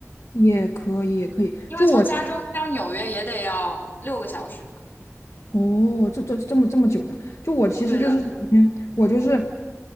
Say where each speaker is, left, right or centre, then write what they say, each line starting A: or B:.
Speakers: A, on the left; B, on the left.
A: 也可以也可以。
B: 因为从加州飞到纽约也得要六个小时嘛。
A: 就我其哦，这这这么这么久呢？就我其实就是首先我就是
B: 对的，